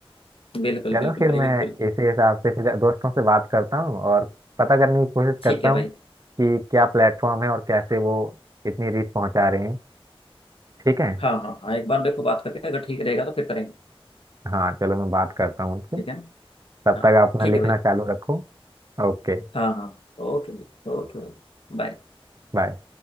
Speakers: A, on the left; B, on the right.
A: बिल्कुल
B: चलो
A: बिल्कुल
B: फिर
A: भाई
B: मैं
A: बिल्कुल
B: इसी हिसाब से फिर दोस्तों से बात करता हूँ और पता करने की कोशिश
A: ठीक
B: करता
A: है
B: हूँ
A: भाई
B: कि क्या प्लेटफॉर्म है और कैसे वो इतनी रीच पहुंचा रहे हैं ठीक है
A: हाँ हाँ हाँ एक बार मेरे को बात करके अगर ठीक रहेगा तो फिर करेंगे
B: हाँ चलो मैं बात करता हूँ उनसे
A: ठीक है ना
B: तब
A: हाँ
B: तक अपना
A: ठीक
B: लिखना
A: है भाई
B: चालू रखो ओके
A: हाँ हाँ हाँ, ओके भाई ओके भाई बाय
B: बाय